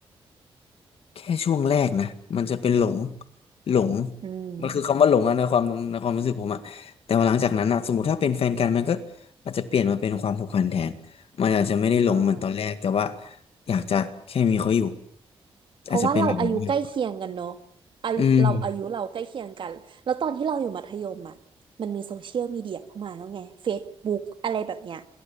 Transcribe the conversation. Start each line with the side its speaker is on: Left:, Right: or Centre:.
Left: แค่ช่วงแรกนะมันจะเป็นหลงหลง
Right: อืม
Left: มันคือคำว่าหลงอะในความในความรู้สึกผมอะแต่ว่าหลังจากนั้นอะสมมติถ้าเป็นแฟนกันมันก็อาจจะเปลี่ยนมาเป็นความผูกพันแทนมันอาจจะไม่ได้หลงเหมือนตอนแรกแต่ว่า
Right: อืม
Left: อยากจะแค่มีเขาอยู่
Right: เพราะว่าเราอายุใกล้เคียงกันเนาะ
Left: อาจจะเป็นแบบนั้นมากกว่า
Right: อายุเราอายุเราใกล้เคียงกันแล้วตอนที่เราอยู่มัธยมอ่ะมันมีโซเชียลมีเดียเข้ามาแล้วไง
Left: อืม
Right: Facebook อะไรแบบเนี้ย